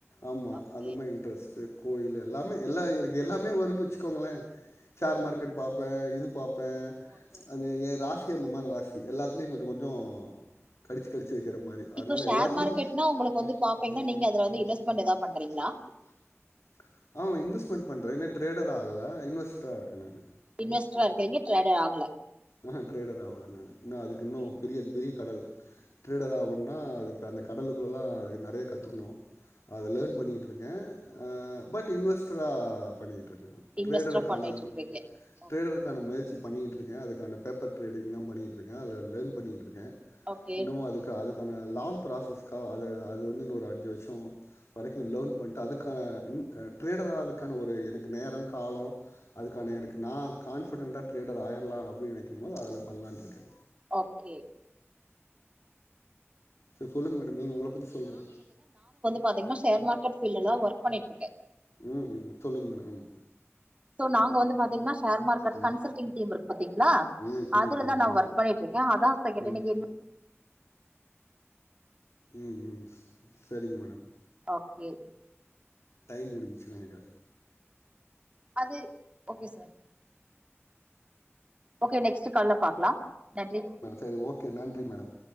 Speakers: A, on the left (about 85°); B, on the right (about 25°).
A: ஆமா
B: ஓகே
A: அந்த மாரி இன்ட்ரெஸ்ட்டு கோயில் எல்லாமே எல்லா எனக்கு எல்லாமே வருனு வெச்சுக்கோங்களே ஷேர் மார்க்கெட் பாப்பே இது பாப்பே
B: ஓகே
A: அது ஏ ராச் கு அந்த மாரி ராசி எல்லாத்துலயு கொஞ்சோ கொஞ்சோ கடிச்சு கடிச்சு வைக்கிற மாரி அதனால
B: இப்போ ஷேர்
A: எல்லாத்துலயு
B: மார்கெட்னா
A: மார்க்கெட்னா
B: உங்களுக்கு வந்து பாப்பீங்னா நீங்க அதுல
A: உங்களுக்கு
B: வந்து இன்வஸ்மென்ட் எதா பண்றீங்ளா
A: வந்து பாப்பீங்கன்னா ஆ இன்வெஸ்ட்மெண்ட் பண்றே இன்னு ட்ரேடர் ஆகல இன்வெஸ்ட்ரா இருக்க நானு
B: இன்வெஸ்ட்ரா இருக்கீங்க ட்ரேடர் ஆகல
A: ஆ ட்ரேடர் ஆவல நானு இன்னு
B: ஓகே
A: அதுக்கு இன்னு பெரிய பெரிய கடல் ட்ரேடர் ஆவன்னா அதுக்கு அந்த கடலுக்குள்ளலா அதுக்கு நெறைய கத்துக்கணு அத
B: ஓகே
A: லேர்ன் பண்ணிக்கிட்டு இருக்கே ஆ பட் இன்வெஸ்டரா பண்ணிக்கிட்ருக்கே நா
B: இன்வெஸ்டா
A: ட்ரேடருக்கான
B: பண்ணிட்டு இருக்கீங்க ஓகே
A: ட்ரேடருக்கான முயற்சி பண்ணிட்ருக்கே அதுக்கான பேப்பர் ட்ரேடிங்லா பண்ணிட்ருக்கே அதுல லேர்ன் பண்ணிட்ருக்கே
B: ஓகே
A: இன்னமு அதுக்கு அதுக்கான லாங் ப்ராசஸ்க்கா அது அது வந்து இன்னு ஒரு அஞ்சு வருஷோ வரைக்கு லேர்ன் பண்ட்டு அதுக்கான இ ட்ரேடர் ஆறதுக்கான ஒரு எனக்கு நேரோ காலோ அதுக்கான எனக்கு நா கான்ஃபிடன்ட்டா ட்ரேடர் ஆயிரலா அப்டினு நெனைக்கும்போது அதுல பண்லான்ட்ருக்கே
B: ஓகே
A: சர் சொல்லுங்க மேடம் நீங்க உங்கள பத்தி சொல்லுங்க
B: பாத்தீங்னா ஷேர் மார்கட் ஃபீல்லல்லா ஒர்க் பண்ணிட்ருக்கே
A: ம் ஹும் சொல்லுங்க மேடம்
B: சோ நாங்க வந்து பாத்தீங்கன்னா ஷேர் மார்கட்
A: ம்
B: கன்சல்டிங் டீம் இருக் பாத்தீங்ளா
A: ம்
B: அதுலதா
A: ம் ம் ம்
B: நா ஒர்க் பண்ணிட்டு இருக்கே அதா இப்ப கேட்டே
A: ம்
B: நீங்க
A: ம்
B: இன்
A: ம் ம் சரிங்க மேடம்
B: ஓகே
A: டைம் முடிஞ்சு நெனக்கிற
B: அது ஓகே சார் ஓகே நெக்ஸ்ட்டு கால்ல பாக்லா நன்றி
A: செரி ஓகே நன்றி மேடம்